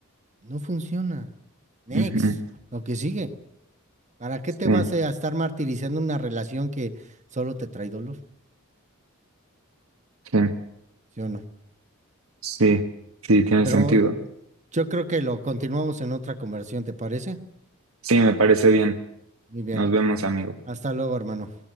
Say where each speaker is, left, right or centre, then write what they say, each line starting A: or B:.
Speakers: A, on the right (about 35°); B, on the right (about 75°).
A: no funciona. Next,
B: Ujú.
A: lo que sigue. ¿Para qué
B: Sí,
A: te vas a estar martirizando una relación que solo te trae dolor?
B: sí.
A: ¿Sí o no?
B: Sí, sí, tiene
A: Pero
B: sentido.
A: yo creo que lo continuamos en otra conversación, ¿te parece?
B: Sí, me parece bien.
A: Muy bien.
B: Nos vemos, amigo.
A: Hasta luego, hermano.